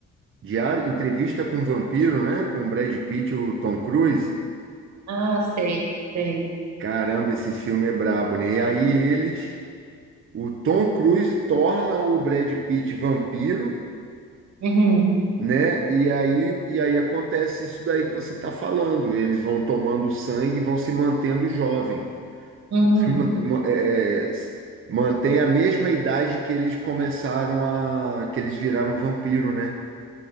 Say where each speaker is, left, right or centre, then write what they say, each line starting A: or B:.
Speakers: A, on the right; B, on the right.
A: Diário, Entrevista com o Vampiro, né? Com o Brad Pitt e o Tom Cruise.
B: Ah, sei, sei.
A: Caramba, esse filme é brabo, né? E aí eles, o Tom Cruise torna o Brad Pitt vampiro,
B: Uhum,
A: né? E aí, e aí acontece isso daí que você está falando. Eles vão tomando sangue e vão se mantendo jovem.
B: uhum,
A: Man- ma- é, é, s- mantém a mesma idade que eles começaram a, que eles viraram vampiro, né?